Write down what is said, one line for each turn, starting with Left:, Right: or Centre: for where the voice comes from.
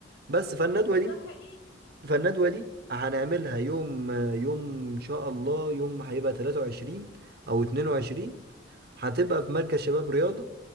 Right: بس فالندوة
Left: لا
Right: دي
Left: ده حقيقي
Right: فالندوة دي هنعملها يوم يوم إن شاء الله يوم هيبقى 23 أو 22 هتبقى في مركز شباب رياضة